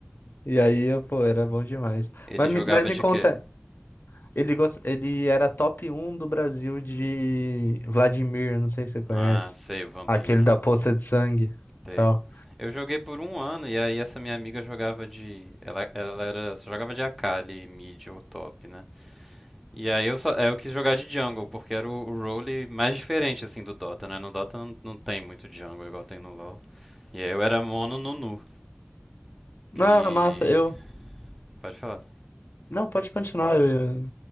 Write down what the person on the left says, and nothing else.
e aí eu, pô, era bom demais.
Mas,
me- mas me
conta,
ele, gost... ele era top um do Brasil de Vladimir, não sei se você conhece.
Aquele da
poça de sangue,
tal.
Não,
massa, eu.
Não, pode continuar, eu, eu,